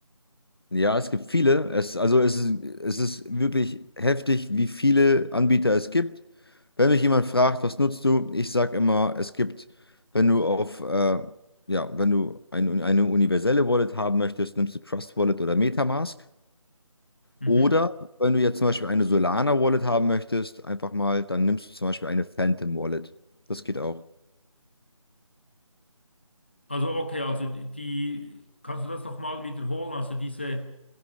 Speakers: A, on the left (about 45°); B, on the left (about 20°).
A: Ja, es gibt viele. Es, also es ist, es ist wirklich heftig, wie viele Anbieter es gibt. Wenn mich jemand fragt, was nutzt du? Ich sage immer, es gibt, wenn du auf, äh, ja, wenn du ein, eine universelle Wallet haben möchtest, nimmst du Trust Wallet oder MetaMask.
B: Mhm.
A: Oder wenn du jetzt zum Beispiel eine Solana Wallet haben möchtest, einfach mal, dann nimmst du zum Beispiel eine Phantom Wallet. Das geht auch.
B: Also okay, also die, kannst du das nochmal wiederholen? Also diese